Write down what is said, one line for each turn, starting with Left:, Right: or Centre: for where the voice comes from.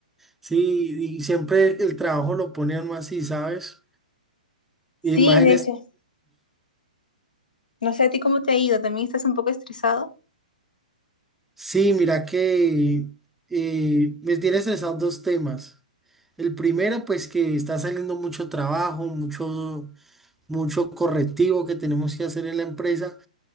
Centre: Sí, y siempre el trabajo lo ponían más así, ¿sabes?
Left: Sí,
Centre: Y más
Left: de hecho. No sé, ¿a ti cómo te ha ido? ¿También estás un poco estresado?
Centre: Sí, mira que eh, me tiene estresado dos temas. El primero, pues que está saliendo mucho trabajo, mucho, mucho correctivo que tenemos que hacer en la empresa.